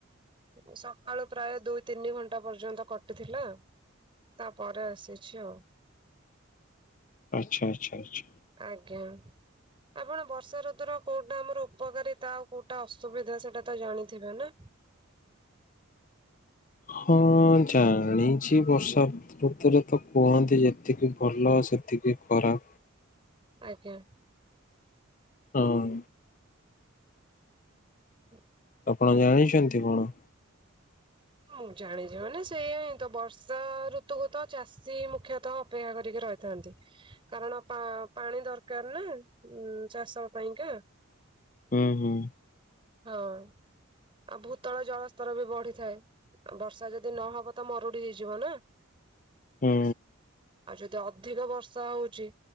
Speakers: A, on the right; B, on the left.
A: ଉଁ ସକାଳୁ ପ୍ରାୟେ ଦୁଇ ତିନି ଘଣ୍ଟା ପର୍ଯ୍ୟନ୍ତ କଟିଥିଲା। ତାପରେ ଆସିଛି ଆଉ।
B: ଆଚ୍ଛା ଆଚ୍ଛା ଆଚ୍ଛା।
A: ଆଜ୍ଞା। ଆପଣ ବର୍ଷା ଋତୁର କୋଉଟା ଆମର ଉପକାରିତା ଆଉ କୋଉଟା ଅସୁବିଧା ସେଟା ତ ଜାଣିଥିବେ ନା?
B: ହଁ ଜାଣିଛି ବର୍ଷା ଋତୁରେ ତ କୁହନ୍ତି ଯେତିକି ଭଲ ସେତିକି ଖରାପ।
A: ଆଜ୍ଞା।
B: ହଁ।
A: ହୁଁ।
B: ଆପଣ ଜାଣିଛନ୍ତି କଣ?
A: ହଁ ମୁଁ ଜାଣିଛି ମାନେ ସେଇଆ ହିଁ ତ ବର୍ଷା ଋ ଋତୁ କୁ ତ ଚାଷୀ ମୁଖ୍ୟତଃ ଅପେକ୍ଷା କରିକି ରହିଥାନ୍ତି। କାରଣ ପା ପାଣି ଦରକାର ନା ଉଁ ଚାଷ ପାଇଁକା।
B: ହୁଁ ହୁଁ।
A: ହଁ। ଆଉ ଭୂତଳ ଜଳସ୍ତର ବି ବଢିଥାଏ ବର୍ଷା ଯଦି ନହବ ତ ମରୁଡି ହେଇଯିବ ନା? <inaudible>
B: ହୁଁ।
A: ଆଉ ଯଦି ଅଧିକ ବର୍ଷା ହଉଛି